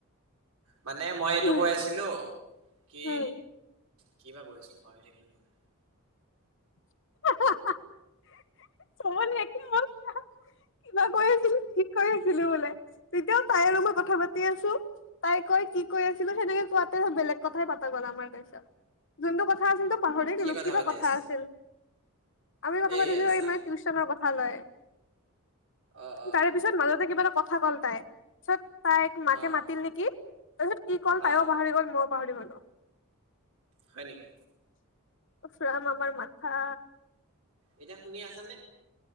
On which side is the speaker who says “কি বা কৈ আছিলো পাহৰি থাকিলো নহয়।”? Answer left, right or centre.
Right